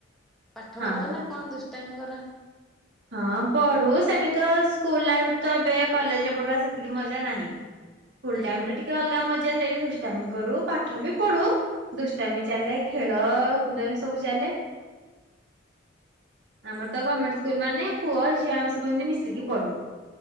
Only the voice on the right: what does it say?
ହଁ
କ
ହଁ ପଢୁ ସେମିତି ତ ସ୍କୁଲ ଲାଇଫଠୁ ତ ଏବେ କଲେଜରେ ପଢ଼ିବା ସେତିକି ମଜା ନାହିଁ। ସ୍କୁଲ
ଟାଇମିରେ ଟିକେ ଅଲଗା ମଜା ସେଠି ଦୁଷ୍ଟାମି କରୁ ପାଠ ବି ପଢୁ ଦୁଷ୍ଟାମି ଚାଲେ ଖେଳ କୁଦ ଏମିତି ସବୁ ଚାଲେ।
ଆମର ତ ଗମେଣ୍ଟ ସ୍କୁଲ ମାନେ ପୁଅ ଝିଅ ଆମେ ସବୁ ଏମିତି ମିଶିକି ପଢୁ